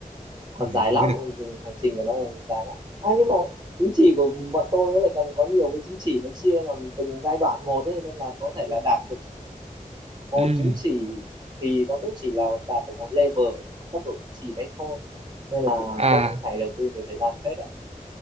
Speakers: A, on the right; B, on the right.
A: còn
B: Ừ,
A: dài
B: mới
A: lắm
B: được
A: ừ, hành trình của nó còn dài lắm à nhưng mà chứng chỉ của bọn tôi nó lại còn có nhiều cái chứng chỉ nó chia làm từng giai đoạn một ấy nên là có thể là đạt được một
B: Ừ.
A: chứng chỉ thì nó cũng chỉ là đạt được một level ở trong cấp độ chứng chỉ đấy thôi nên là
B: À,
A: cũng phải đầu tư nhiều thời gian phết ạ